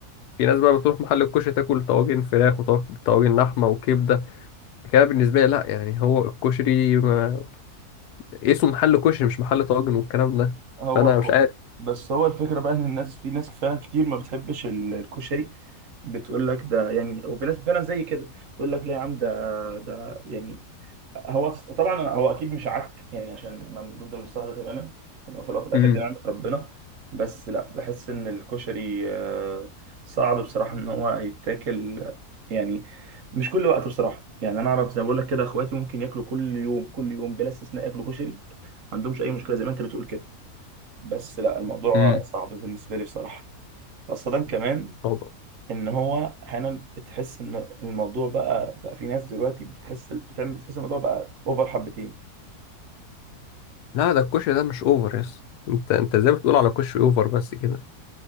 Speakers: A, on the left (about 90°); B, on the right (about 60°).
A: في ناس بقى بتروح محل الكشري تاكل طواجن فراخ وطواجن لحمة وكبدة كده بالنسبة لي لأ يعني هو الكشري ما... اسمه محل كشري مش محل طواجن والكلام ده
B: هو
A: فأنا
B: هو-
A: مش عارف
B: بس هو الفكره بقى ان الناس في ناس فعلا كتير ما بتحبش ال- الكشري بتقول لك ده يعني وفي ناس فعلا زي كده تقول لك لا يا عم ده ده يعني هو طبعا هو اكيد مش عك يعني عشان انا من ضد المصطلح ده تماما ان هو في الأول وفي الاخر
A: امم
B: دي نعمه ربنا بس لا بحس ان الكشري آه، صعب بصراحه ان هو يتاكل آه، يعني مش كل وقت بصراحه يعني انا اعرف زي ما بقول لك كده اخواتي ممكن ياكلوا كل يوم كل يوم بلا استثناء ياكلوا كشري ما عندهمش اي مشكله زي ما انت بتقول كده بس لا الموضوع
A: امم
B: صعب بالنسبه لي بصراحه خاصه كمان
A: هو-
B: ان هو احيانا بتحس ان الموضوع بقى بقى في ناس دلوقتي بتحس بتعمل بتحس الموضوع بقى اوفر حبتين
A: لا ده الكشري ده مش أوفر يس أنت أنت إزاي بتقول على كشري أوفر بس كده؟